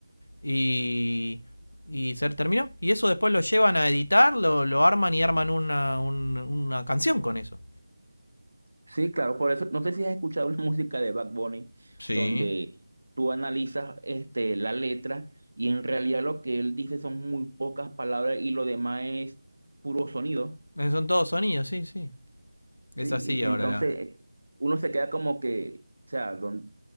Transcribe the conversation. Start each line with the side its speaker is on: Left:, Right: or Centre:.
Left: y, y se terminó. Y eso después lo llevan a editar, lo, lo arman y arman una, un- una canción con eso.
Right: Sí, claro, por eso, no sé si has escuchado <laughs> una música de Bad Bunny donde
Left: Sí.
Right: tú analizas este, la letra y en realidad lo que él dice son muy pocas palabras y lo demás es puro sonido.
Left: Son todos sonidos, sí, sí. Es
Right: Sí,
Left: así
Right: y
Left: ahora
Right: entonces
Left: la.
Right: uno se queda como que, o sea, ¿dónde,